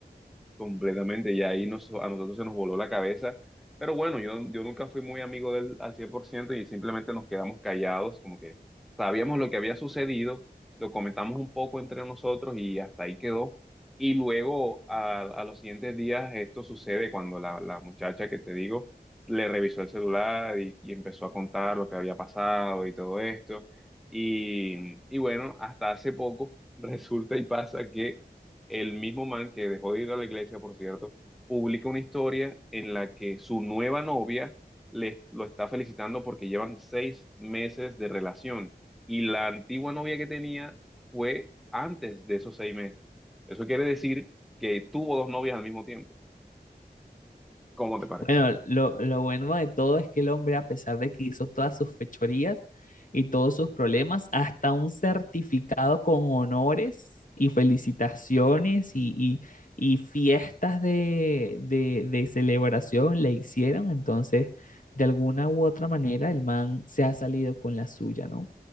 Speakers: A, in the centre; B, on the left (about 55°).
A: Completamente, y ahí nos, a nosotros se nos voló la cabeza. Pero bueno, yo, yo nunca fui muy amigo de él al 100% y simplemente nos quedamos callados, como que sabíamos lo que había sucedido, lo comentamos un poco entre nosotros y hasta ahí quedó. Y luego, a, a los siguientes días, esto sucede cuando la, la muchacha que te digo le revisó el celular y, y empezó a contar lo que había pasado y todo esto. Y, y bueno, hasta hace poco <laughs> resulta y pasa que el mismo man que dejó de ir a la iglesia, por cierto, publica una historia en la que su nueva novia le, lo está felicitando porque llevan seis meses de relación y la antigua novia que tenía fue antes de esos seis meses. Eso quiere decir que tuvo dos novias al mismo tiempo. ¿Cómo te parece?
B: Bueno, lo, lo bueno de todo es que el hombre, a pesar de que hizo todas sus fechorías y todos sus problemas, hasta un certificado con honores y felicitaciones y, y- y fiestas de, de- de celebración le hicieron. Entonces, de alguna u otra manera, el man se ha salido con la suya, ¿no?